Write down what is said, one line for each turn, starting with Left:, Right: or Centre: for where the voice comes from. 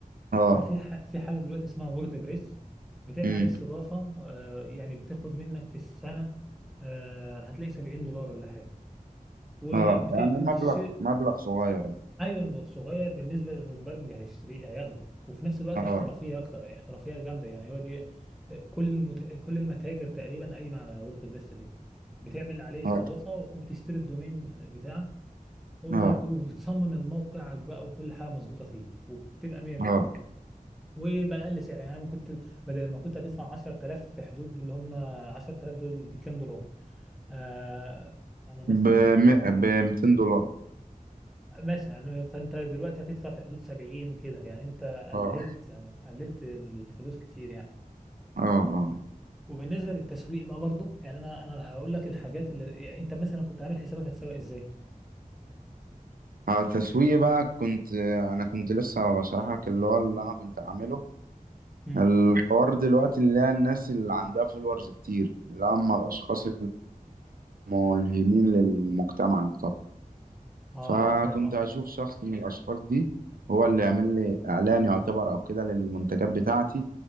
Right: اه
Centre: ففي ح... في حاجه دلوقتي اسمها وورد بريس بتعمل
Right: امم
Centre: عليه استضافه آه يعني بتاخد منك في السنه آه هتلاقي 70 دولار ولا حاجه وبت...
Right: اه يعني
Centre: وبتشتري
Right: مبلغ مبلغ صغير يعني
Centre: ايون صغير بالنسبه للمبرمج هيشتري هياخده وفي نفس الوقت
Right: اه
Centre: احترافيه اكتر احترافيه جامده يعني هو دي كل المت... كل المتاجر تقريبا قايمه على وورد بريس دي بتعمل عليه استضافه
Right: اه
Centre: وبتشتري الدومين بتاعك وب-
Right: اه
Centre: وبتصمم الموقعك بقى وكل حاجه مظبوطه فيه وبتبقى 100 100
Right: اه
Centre: وبأقل سعر يعني انا كنت بدل ما كنت هتدفع 10000 في حدود اللي هم 10000 دول بكام دولار آه يعني مثلا
Right: ب ب 200 دولار
Centre: مثلا فانت دلوقتي هتدفع في حدود 70 كده يعني انت قللت
Right: اه
Centre: قللت الفلوس كتير يعني
Right: اه اه
Centre: وبالنسبه للتسويق بقى برضه يعني انا انا هقول لك الحاجات اللي يعني انت مثلا كنت عامل حسابك هتسوق ازاي
Right: اه تسويق بقى كنت انا كنت لسه بشرحك اللي هو اللي انا كنت اعمله
Centre: مم.
Right: الحوار دلوقتي اللي هي الناس اللي عندها فولورز كتير اللي هم الاشخاص الملهمين للمجتمع
Centre: اه
Right: فكنت
Centre: اه فاهم قصدي
Right: اشوف شخص من الاشخاص دي هو اللي يعمل لي اعلان يعتبر او كده للمنتجات بتاعتي